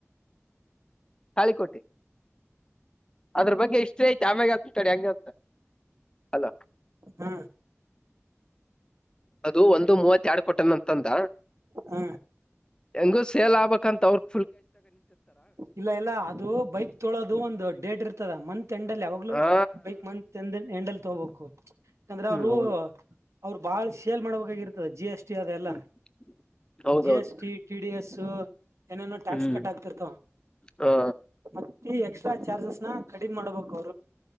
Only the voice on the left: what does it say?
ತಳಿಕೋಟ್ಟೆ ಅದ್ರ ಬಗ್ಗೆ ಎಷ್ಟೇ ಮ ಗ ಚಡ್ಯಾಂಗಗೆ ಅಲ
ಅದು ಒಂದು ಮೂವತ್ತ ಎರಡ್ ಕೊಟ್ಟನ ಅಂತಂದ
ಹೆಂಗು ಸೇಲ್ ಆಬೇಕಂತ ಅವ್ರರು
ಹಾ
ಹ್ಮ್
ಹೌದು
ಹ್ಮ್ ಹೌದೌದು
ಹ್ಮ್
ಹಾ